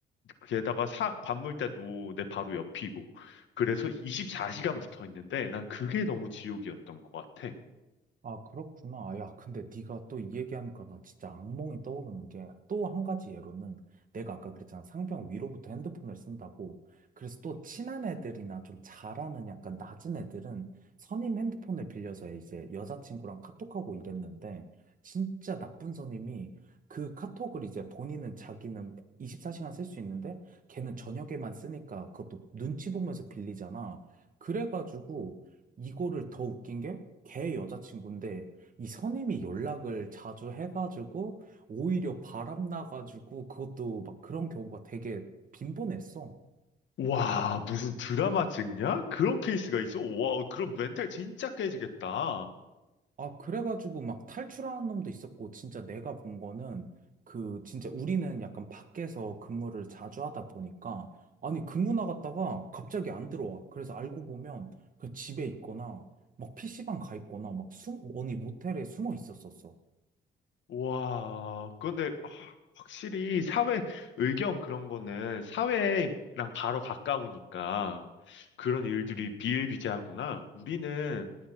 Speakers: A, on the left; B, on the right.
A: 게다가 사, 관물대도 내 바로 옆이고 그래서 24시간 붙어 있는데 난 그게 너무 지옥이었던 것 같아.
B: 아, 그렇구나. 아, 야, 근데 네가 또 이 얘기하니까 나 진짜 악몽이 떠오르는 게 또 한 가지 예로는 내가 아까 그랬잖아. 상병 위로부터 핸드폰을 쓴다고. 그래서 또 친한 애들이나 좀 잘하는 약간 낮은 애들은 선임 핸드폰을 빌려서 이제 여자친구랑 카톡하고 이랬는데 진짜 나쁜 선임이 그 카톡을 이제 본인은 자기는 24시간 쓸 수 있는데 걔는 저녁에만 쓰니까 그것도 눈치 보면서 빌리잖아. 그래가지고 이거를 더 웃긴 게, 걔 여자친구인데, 이 선임이 연락을 자주 해가지고, 오히려 바람나가지고, 그것도 막 그런 경우가 되게 빈번했어.
A: 와, 무슨 드라마 찍냐? 그런 케이스가 있어? 와, 그럼 멘탈 진짜 깨지겠다.
B: 아, 그래가지고 막 탈출하는 놈도 있었고, 진짜 내가 본 거는, 그, 진짜 우리는 약간 밖에서 근무를 자주 하다 보니까, 아니, 근무 나갔다가 갑자기 안 들어와. 그래서 알고 보면, 그 집에 있거나, 막 PC방 가 있거나, 막 숨, 어디 모텔에 숨어 있었었어.
A: 와, 그런데 아, 확실히 사회 의견 그런 거는 사회랑 바로 가까우니까 그런 일들이 비일비재하구나. 우리는